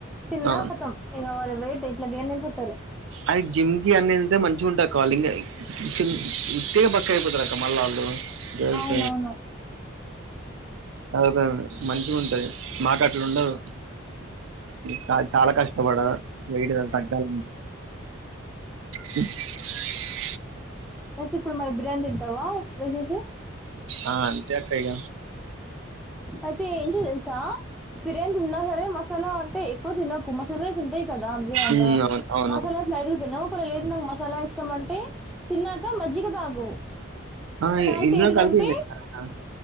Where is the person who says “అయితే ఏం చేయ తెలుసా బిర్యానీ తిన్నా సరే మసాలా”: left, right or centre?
Centre